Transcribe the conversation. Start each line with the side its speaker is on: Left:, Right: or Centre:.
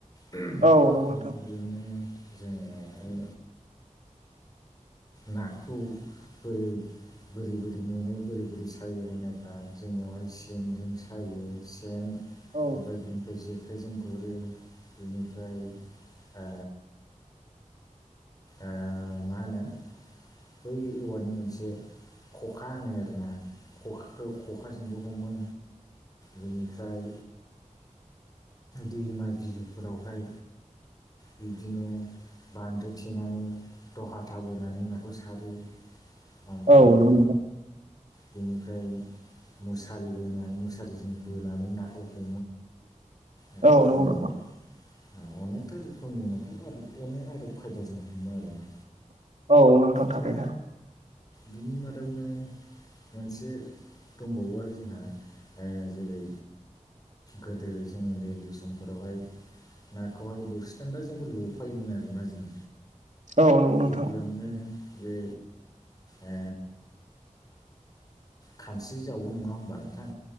Left: आमफाय
Right: औ नंगौ नोंथां
Left: गिबियावनो जोंनियावहाय नाखौ बोरै बोरै बोरै मोनो बोरै बोरै सायो होनोब्ला, जोंनियावहाय सेनजों सायो सेन
Right: औ
Left: ओमफ्राय बिनि बे जेखाइजों गुरो बिनिफ्राय आ ओ मा होनो बै औवानि मोनसे खखा होनो आरोना खखाखौ खखाजोंबो हमो। बेनिफ्राय दैमा बिलोफोरावहाय बिब्दिनो बान्दो थेनानै दहाथा बोनानै नाखौ सारो ओमफ्राय
Right: औ नंगौ नोंथां
Left: बेनिफ्राय मुसारि बोनानै मुसारिजों बोनानै ना खौ हमो ओमफ्राय
Right: औ नंगौ नोंथां
Left: ओ अनेकथा रोखोमनि नाखौ अने अनेक आदब खायदाजों हमो आरोना।
Right: औ नोंथां
Left: दा
Right: थारैनो
Left: बिनि मादावनो मोनसे दंबावो आरो जोंहा ओ जेरै गोदो जों उन्दै उन्दै समफोरावहाय नाखौहाय बोरसि दान्दा जोंबो लफायोमोन आर ना जों।
Right: औ नंगौ नोंथां
Left: गिबियावनो बे ओ खानस्रि जावौ नङा होनोमबा नोंथां